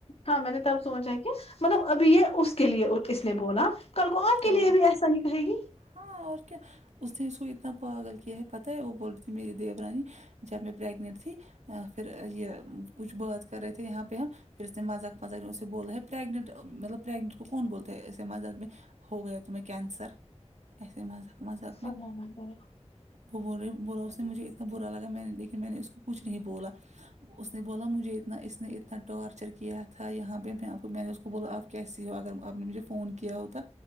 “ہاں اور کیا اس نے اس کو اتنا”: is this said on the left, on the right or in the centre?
Right